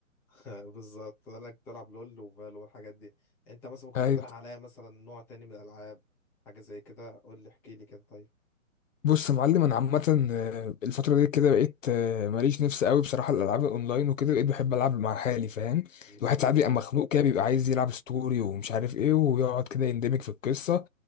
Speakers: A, in the centre; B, on the left.
A: <laughs> بالظبط قال لك تلعب لول وفالو والحاجات دي انت مثلا ممكن
B: طيب.
A: تقترح عليا مثلا نوع تاني من الالعاب حاجه زي كده قول لي احكي لي كده طيب
B: بص يا معلم انا عامه آه، الفتره دي كده بقيت آه، ماليش نفس قوي بصراحه الالعاب الاونلاين وكده بقيت بحب العب مع حالي فاهم
A: الستوري
B: الواحد ساعات بيبقى مخنوق كده بيبقى عايز يلعب ستوري ومش عارف ايه ويقعد كده يندمج في القصه